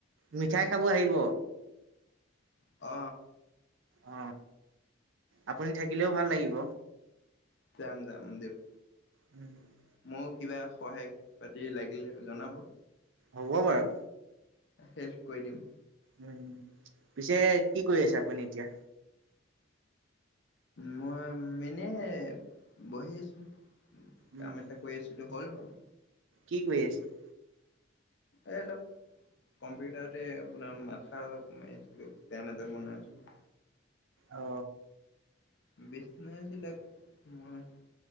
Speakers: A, on the right (about 80°); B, on the left (about 65°).
A: মিঠাই খাব আহিব।
B: অ
A: অ আপুনি থাকিলেও ভাল লাগিব।
B: যাম যাম দিওক।
A: উম'
B: ময়ো কিবা সহায় পাতি লাগিলে জনাব।
A: হ'ব বাৰু।
B: হেল্প কৰি দিম।
A: উ পিছে কি কৰি আছে আপুনি এতিয়া?
B: মই এনেই বহি আছো,
A: উম,
B: কাম এটা কৰি আছো। সেইটো হ'য় বাৰু।
A: কি কৰি আছিলি?
B: এই ল' কম্পিউটাৰতে আপোনাৰ মাথা অলপ মাৰিছিলো, পেন এটা বনাইছো।
A: অ
B: <inaudible>